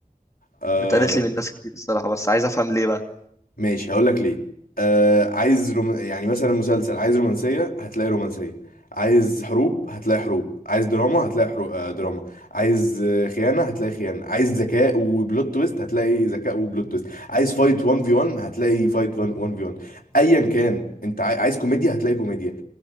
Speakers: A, on the left; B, on the left.
A: الصراحه
B: اتقالت لي من ناس كتير الصراحه بس عايز افهم ليه بقى
A: ماشي هقول لك ليه آه عايز روم... يعني مثلا مسلسل عايز رومانسية هتلاقي رومانسية عايز حروب هتلاقي حروب عايز دراما هتلاقي حرو... آه دراما عايز آه، خيانة هتلاقي خيانة عايز ذكاء وبلوت تويست هتلاقي ذكاء وبلوت تويست عايز فايت 1 في 1 هتلاقي فايت 1 في 1 ايا كان انت عاي- عايز كوميديا هتلاقي كوميديا